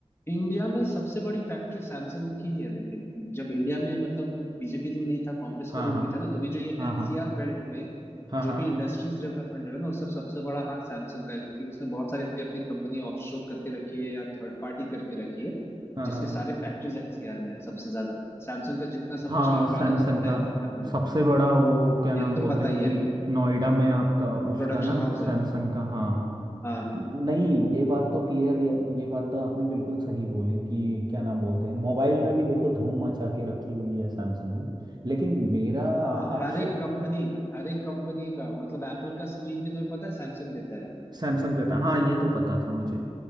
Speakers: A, on the left (about 20°); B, on the right (about 40°).
A: इंडिया में सबसे बड़ी फैक्ट्री सैमसंग की ही है लेकिन जब इंडिया में मतलब बीजेपी रूल नहीं था कांग्रेस
B: हाँ
A: का रूल
B: हाँ
A: भी था ना तो भी जो ये
B: हाँ
A: एनसीआर
B: हाँ
A: बेल्ट में
B: हाँ
A: जो
B: हाँ
A: भी इंडस्ट्रीज डेवलपमेंट है ना उस सब सबसे बड़ा हाथ सैमसंग का है क्योंकि उसने बहुत सारी अपनी कंपनी ऑफशोर करके रखी है या थर्ड पार्टी करके रखी है
B: हाँ
A: जिसके
B: हाँ
A: सारे फैक्ट्रीज एनसीआर में है सबसे ज्यादा सैमसंग का जितना सब
B: हाँ
A: कुछ इलेक्ट्रॉनिक्स
B: सैमसंग
A: बनता
B: का
A: है एनसीआर में है
B: सबसे बड़ा वो क्या नाम
A: ये तो
B: बोलते
A: पता
B: हैं
A: ही
B: कि
A: है
B: नोएडा में आपका उसका
A: प्रोडक्शन
B: ना
A: हाउस है
B: सैमसंग का हाँ
A: हाँ
B: नहीं ये बात तो क्लियर ये ये बात तो आपने बिल्कुल सही बोली कि क्या नाम बोलते हैं मोबाइल में भी देखो धूम मचा के रखी हुई है सैमसंग ने लेकिन मेरा
A: हाँ
B: आपसे
A: हर एक कंपनी हर एक कंपनी का मतलब एप्पल का स्क्रीन भी तुम्हें पता है सैमसंग देता है
B: सैमसंग देता हाँ ये तो पता था मुझे